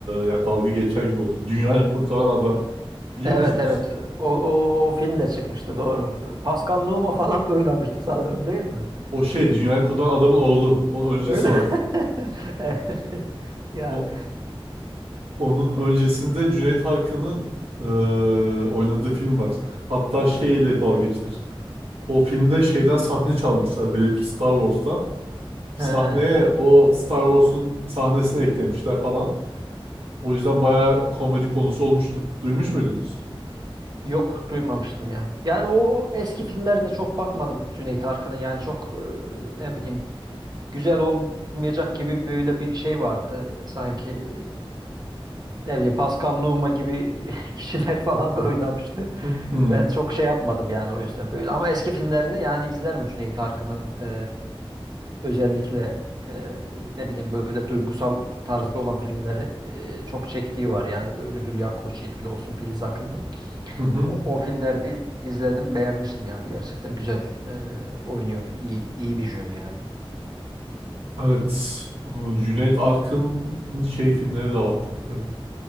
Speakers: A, on the right (about 85°); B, on the right (about 45°).
A: ya dalga geçer gibi oldu. Dünyayı Kurtaran Adam. Biliyor
B: Evet
A: musunuz?
B: evet. O, o, o film de çıkmıştı doğru. Pascal Nouma falan da oynamıştı sanırım değil mi?
A: O şey dünyayı kurtaran adamın oğlu. Onun öncesi
B: Öyle.
A: var.
B: <laughs> Evet. Ya.
A: O, onun öncesinde Cüneyt Arkın'ın eee, oynadığı film var. Hatta şeyle dalga geçilir. O filmde şeyden sahne çalmışlar birebir Star Wars'tan. Sahneye
B: He.
A: o Star Wars'un sahnesini eklemişler falan. O yüzden bayağı komedi konusu olmuştu. Duymuş muydunuz?
B: Yok duymamıştım ya. Yani o eski filmlerine çok bakmadım Cüneyt Arkın'ın. Yani çok e, ne bileyim güzel olmayacak gibi böyle bir şey vardı. Sanki e, ne bileyim Pascal Nouma gibi <laughs> kişiler falan da oynamıştı.
A: Hı hı.
B: Ben çok şey yapmadım yani o yüzden böyle. Ama eski filmlerini yani izlerim Cüneyt Arkın'ın e, özellikle e, ne bileyim böyle duygusal tarzda olan filmleri e, çok çektiği var yani böyle Hülya Koçyiğit'li olsun Filiz Akın'la.
A: Hı hı.
B: O, o filmlerini izledim, beğenmiştim yani gerçekten güzel e, oynuyordu. İyi, iyi bir jön yani.
A: Evet. O Cüneyt Arkın'ın şey filmleri de vardı bir de.